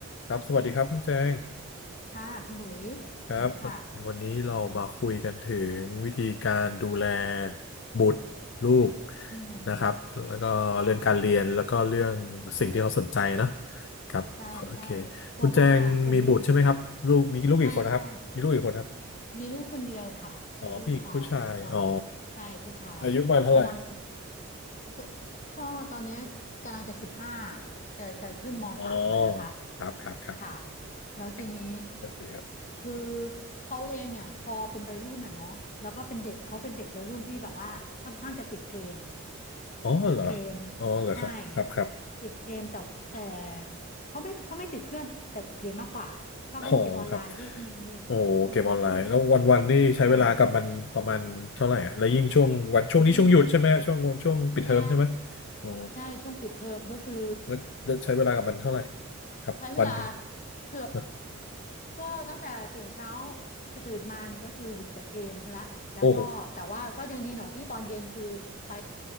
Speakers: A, on the left; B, on the left.
A: ครับสวัสดีครับคุณแจง
B: ค่ะคุณหลุย
A: ครับวันวันนี้เรามาคุยกันถึงวิธีการดูแล
B: สวัสดีค่ะอืม
A: บุตรลูก
B: อืมอืม
A: นะครับแล้วก็เรื่องการเรียนแล้วก็เรื่องสิ่งที่เขาสนใจนะ
B: ใช่
A: ครับโอเค
B: ใช่ใช่เพราะว่าพอดี
A: คุณแจงมีบุตรใช่ไหมครับลูกมีลูกกี่คนนะครับมีลูกกี่คนครับ
B: ใช่ใช่มีลูกคนเดียวค่ะเป็นลูกชายตอนนี้ใช่ผู้ชายกำลัง
A: อ๋อผู้หญิงผู้ชายอ๋ออายุประมาณเท่าไหร่
B: ก็ก็ตอนเนี้ยกำลังจะสิบห้าจะจะขึ้นมสามอ่ะนะคะ
A: อ๋อครับครับครับ
B: ค่ะแล้วทีนี้
A: โอเคสวัสดีครับ
B: คือเขาเองเนี่ยพอเป็นวัยรุ่นอ่ะเนาะแล้วก็เป็นเด็กเขาเป็นเด็กวัยรุ่นที่แบบว่าค่อนข้างจะติดเกม
A: อ๋อเหรอ
B: ติดเกม
A: อ๋อเหรอครับครับครับ
B: ใช่ติดเกมแต่แต่เขาไม่เขาไม่ติดเพื่อนแต่ติดเกมมากกว่าชอบเล่นเกมออนไลน์ที่มี
A: อ๋อครับโอ้เกมออนไลน์แล้ววันวันนี่ใช้เวลากับมันประมาณเท่าไหร่อะแล้วยิ่งช่วงวันช่วงนี้ช่วงหยุดใช่ไหมช่วงช่วงปิดเทอมใช่ไหม
B: เอ่อที่ใช่อุ้ยใช่
A: อ๋อ
B: ใช่ช่วงปิดเทอมก็คือ
A: แล้วแล้วใช้เวลากับมันเท่าไหร่ครับวันหนึ่ง
B: ใช้เวลาเกือบ
A: เนอะ
B: ก็ตั้งแต่ตื่นเช้าคือตื่นมานี่ก็คืออยู่กับเกมละแล้วก็แต่ว่าก็ยังดีหน่อยที่ตอนเย็นคือไป
A: โอ้โห